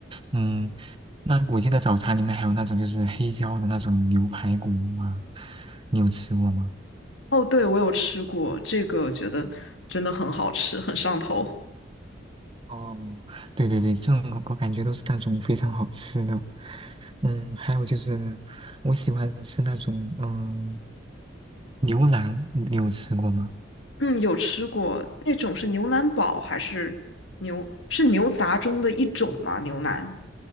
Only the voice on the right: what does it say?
嗯，那我记得早茶里面还有那种就是黑椒的那种牛排骨啊，你有吃过吗？
哦，对对对，这种我感觉都是那种非常好吃的。嗯，还有就是我喜欢吃那种嗯牛腩，你有吃过吗？